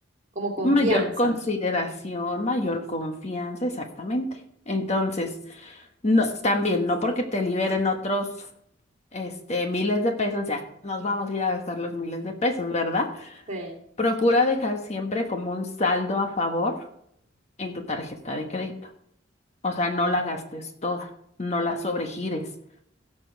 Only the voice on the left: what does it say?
mayor consideración, mayor confianza, exactamente. Entonces, no, también, no porque te liberen otros. este, miles de pesos, ya nos vamos a ir a gastar los miles de pesos, ¿verdad?
Procura dejar siempre como un saldo a favor en tu tarjeta de crédito. O
sea, no la gastes toda, no la sobregires.